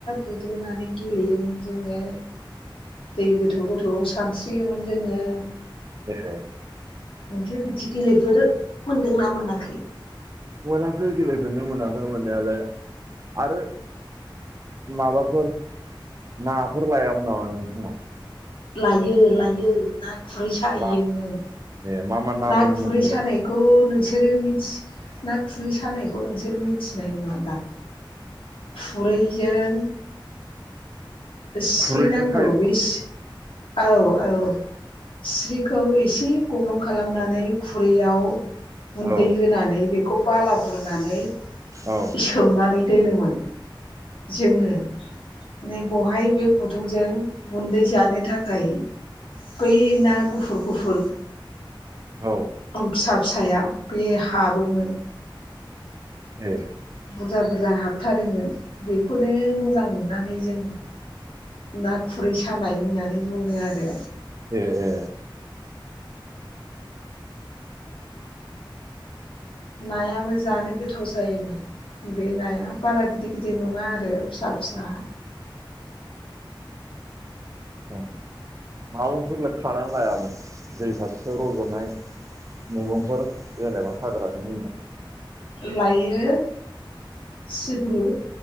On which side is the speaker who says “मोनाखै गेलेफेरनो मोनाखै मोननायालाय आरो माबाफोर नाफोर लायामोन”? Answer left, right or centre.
Right